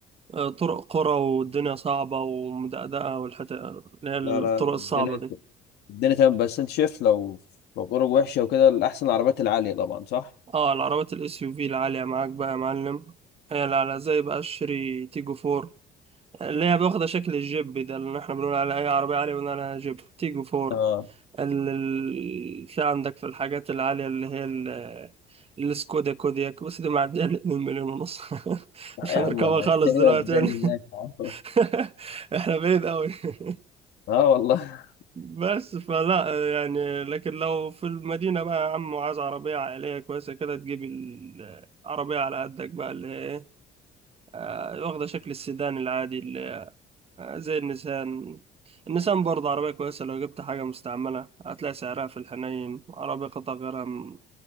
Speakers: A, on the right; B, on the left.
A: آه، طرق قرى والدنيا صعبة ومدقدقة والحتة اللي هي الطرق
B: لا لا، الدنيا
A: الصعبة دي
B: الدنيا تمام بس أنت شايف لو لو طرق وحشة وكده الأحسن العربيات العالية طبعا صح؟
A: اه العربيات الاس يو في العالية معاك بقى يا معلم هي على زي بقى الشيري تيجو فور اللي هي واخدة شكل الجيب ده اللي احنا بنقول عليها أي عربية عالية بنقول عليها جيب تيجو فور
B: آه
A: ال... ال- في عندك في الحاجات العالية اللي هي ال... السكودا كودياك بس دي معدية الاتنين مليون ونص <laughs>
B: لا
A: مش
B: يا
A: هنركبها
B: عم أنا
A: خالص
B: <laughs> إيه
A: دلوقتي
B: وداني هناك يا عم؟
A: <laughs> احنا بعيد قوي <laughs>
B: آه والله
A: بس فلا يعني لكن لو في المدينة بقى يا عم وعايز عربية عائلية كويسة كده تجيب العربية على قدك بقى اللي هي ايه آه، واخدة شكل السيدان العادي اللي آه، زي النسان النسان برضه عربية كويسة لو جبت حاجة مستعملة هتلاقي سعرها في الحنين عربية قطع غيرها م-